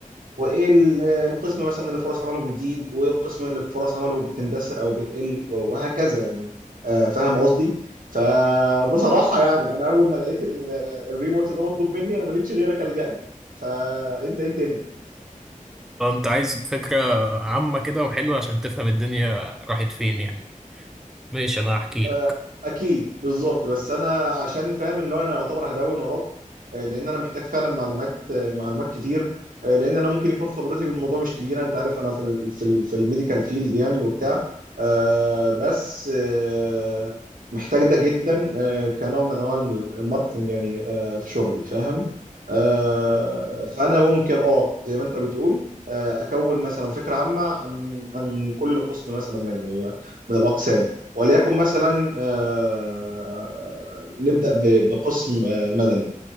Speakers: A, on the right; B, in the centre.
A: وايه ال- القسم مثلا اللي فرص عمله بتزيد وايه القسم اللي فرص عمله بتندثر او بتقل وهكذا يعني آه، فاهم قصدي فبصراحة يعني انا اول ما لقيت ال- الريبورت ده مطلوب مني انا ما لقيتش غيرك الجأ له فانت ايه الدنيا
B: اه انت عايز فكرة عامة كده وحلوة عشان تفهم الدنيا راحت فين يعني ماشي انا هحكي
A: آه،
B: لك
A: اكيد بالظبط بس انا عشان فاهم اللي هو انا يعتبر هدون وراك آه، لان انا محتاج فعلا معلومات آه، معلومات كتير آه، لان انا ممكن يكون خبرتي بالموضوع مش كبيره انت عارف انا في ال في ال في الميديكال فيلد يعني وبتاع آه، بس آه، محتاج ده جدا آه، كنوع من انواع الم- الماركتنج يعني آه، في شغلي فاهم آه، فانا ممكن اه زي ما انت بتقول آه، اكون مثلا فكره عامه عن عن كل قسم مثلا من ال- من الاقسام وليكن مثلا آه، نبدأ ب- بقسم آه، مدني